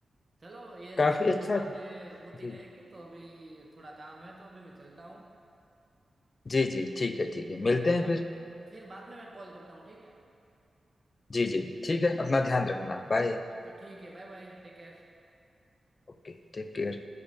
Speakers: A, on the right (about 30°); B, on the left (about 40°).
A: चलो ये
B: काफी
A: सब
B: अच्छा
A: बातें होती
B: जी
A: रहेगी तो अभी थोड़ा काम है तो अभी मैं चलता हूँ
B: जी जी ठीक है ठीक है
A: फिर
B: मिलते
A: अ,
B: हैं फिर
A: फिर बाद में मैं कॉल करता हूँ ठीक
B: जी जी ठीक है अपना ध्यान रखना बाय
A: है ठीक है बाय बाय टेक केयर
B: Okay take care